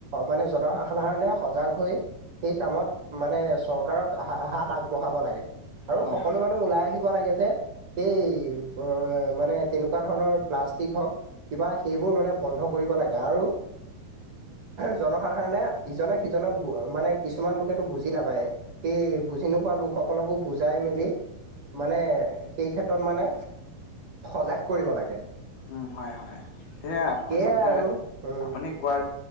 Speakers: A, on the right (about 45°); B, on the left (about 65°).
A: মানে জনসাধাৰণে সজাগ হৈ, সেই কামত মানে চৰকাৰক হা হাত আগবঢ়াব লাগে। আৰু
B: হয়
A: সকলো
B: হয়
A: মানুহ ওলাই আহিব লাগে যে এইেই অ মানে তেনেকুৱা, তেনেকুৱা ধৰণৰ প্লাষ্টিক হওক কিবা সেইবোৰ মানে বন্ধ কৰিব লাগে আৰু, জনসাধাৰণে ইজনে সিজনক মানে কিছুমান লোকে ত বুজি নাপায়। সে বুজি নোপোৱা লোকসকলকো বুজাই মেলি। মানে সেই ক্ষেত্ৰত মানে সজাগ কৰিব লাগে।
B: উম হয় হয় সেয়া
A: সেয়াই
B: আচলতে
A: আৰু উম,
B: আপুনি কোৱাৰ,